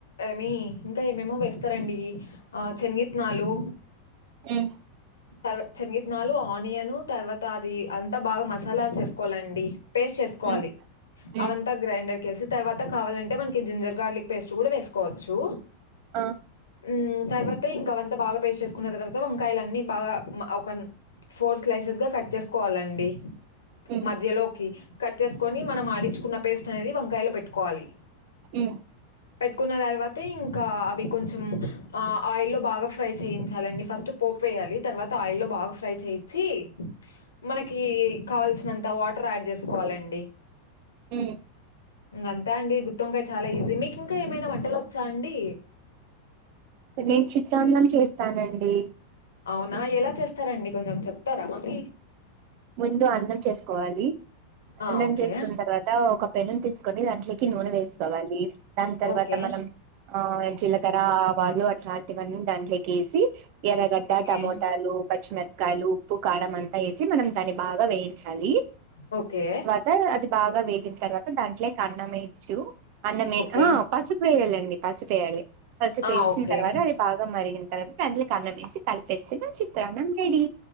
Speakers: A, on the left; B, on the right.
A: ఏమి ఇంకా ఏమేమో వేస్తారండి ఆ చెంగిత్నాలు
B: ఉమ్
A: తర్వా శనగిత్తనాలు ఆనియను తర్వాత అది అంతా బాగా మసాలా చేసుకోవాలండి పేస్ట్ చేసుకోవాలి
B: హ్మ్ హ్మ్
A: అవంతా గ్రైండర్ కి వేసి తర్వాత కావాలంటే మనకి జింజర్ గార్లిక్ పేస్ట్ కూడా వేసుకోవచ్చు
B: ఆ
A: ఊ తర్వాత ఇంకా అవంతా బాగా పేస్ చేసుకున్న తర్వాత వంకాయలన్నీ బాగా ఒక ఫోర్ స్లైసెస్ గా కట్ చేసుకోవాలండి
B: హ్మ్
A: మధ్యలోకి కట్ చేసుకొని మనం ఆడించుకున్న పేస్ట్ అనేది వంకాయలో పెట్టుకోవాలి
B: ఊ
A: పెట్టుకున్న తర్వాతే ఇంకా అవి కొంచెం ఆ ఆయిల్ల్లో బాగా ఫ్రై చేయించాలండి ఫస్ట్ పోపు వేయాలి తర్వాత ఆయిల్లో బాగా ఫ్రై చేయిచి మనకి కావాల్సినంత వాటర్ యాడ్ చేసుకోవాలండి
B: ఊ
A: ఇంకంతా అండి గుత్తోంకాయ చాలా ఈజీ మీకు ఇంకా ఏమైనా వంటలు వచ్చా అండి
B: నేను చిత్తాన్నం చేస్తానండి
A: అవునా ఎలా చేస్తారండి కొంచెం చెప్తారా మకి
B: ముందు అన్నం చేసుకోవాలి
A: ఆ!
B: అన్నం
A: ఓకే.
B: చేసుకున్న తర్వాత ఒక పెనం తీసు కొని దాంట్లోకి నూనె వేసుకోవాలి దాని తర్వాత
A: ఓకే.
B: మనం ఆ జీలకర్ర ఆవాలు అట్లాంటివన్నీ దాంట్లోకి వేసి ఎర్రగడ్డ
A: ఓకే.
B: టమోటాలు పచ్చిమిరకాయ ఉప్పు కారం అంతా వేసి మనం దాని బాగా వేయించాలి
A: ఓకే
B: తే అది బాగా వేగిన తర్వాత దాంట్లోకి అన్నం ఎయ్యొచ్చు అన్నమే
A: ఓకే.
B: ఆహా పసుపు వేయాలండి పసుపేయాలి పసుపేసిన
A: ఆ! ఓకే.
B: తర్వాత అది బాగా మరిగిన తర్వాత దంట్లేకి అన్నమేసి కలిపేస్తే నా చిత్రాన్నం రెడీ